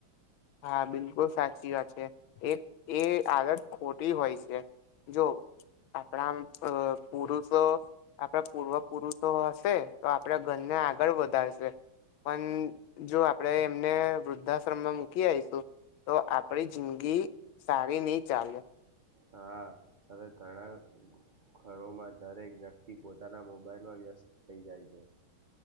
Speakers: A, on the left; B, on the right.
A: હા બિલકુલ સાચી વાત છે એ એ આદત ખોટી હોય છે જો આપડા આમ પુરુષો આપડા પૂર્વ પુરુષો હશે તો આપડા ઘર ને આગળ વધારશે પણ જો આપડે એમને વૃદ્ધાશ્રમમાં મુ કી આઈશું તો આપડી જિંદગી સારી ની ચાલે
B: હા હવે ઘણા ઘરોમાં દરેક વ્યક્તિ પોતાના મોબાઈલમાં વ્યસ્ત થઈ જાય છે